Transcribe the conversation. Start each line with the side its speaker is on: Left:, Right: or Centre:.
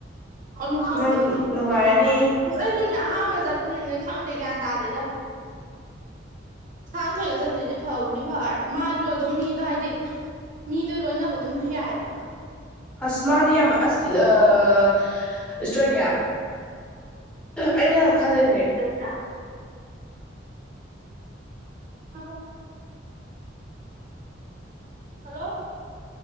Right: ꯑꯅꯨ ꯈ
Centre: ꯅꯪ
Right: ꯪꯗꯦ꯫
Centre: ꯅꯨꯡꯉꯥꯏꯔꯅꯤ
Right: ꯑꯩꯁꯨꯅꯦ ꯑꯍꯥꯟꯕ ꯆꯠꯄꯅꯤꯅꯦ ꯈꯪꯗꯦ ꯒ꯭ꯌꯥꯟ ꯇꯥꯗꯦꯗ ꯁꯥꯟꯊꯣꯏꯒ ꯆꯠꯇꯣꯏꯁꯦ ꯐꯕꯨꯗꯤ ꯐꯔꯦ ꯃꯥꯁꯨ ꯑꯗꯨꯝ ꯃꯤꯗꯣ ꯍꯥꯏꯗꯤ ꯃꯤꯗꯣ ꯂꯣꯏꯅꯕ ꯑꯗꯨꯝ ꯌꯥꯏꯗꯅ
Centre: ꯑꯁ ꯃꯗꯤ ꯌꯥꯝ ꯑꯁ ꯑꯑꯑ ꯏꯁꯇ꯭ꯔꯣꯅꯤꯌꯥ ꯑꯩꯅ ꯈꯜꯂꯤꯅꯦ
Right: ꯌꯥ ꯍ ꯍꯜꯂꯣ